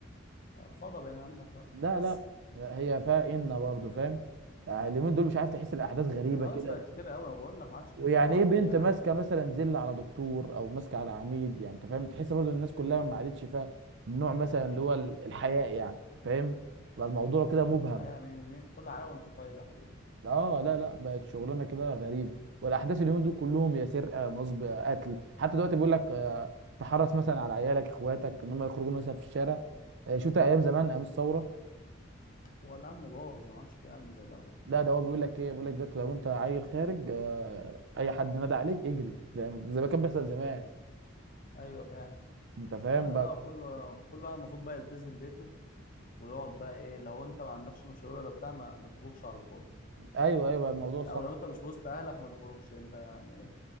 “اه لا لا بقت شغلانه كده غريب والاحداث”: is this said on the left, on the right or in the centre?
Right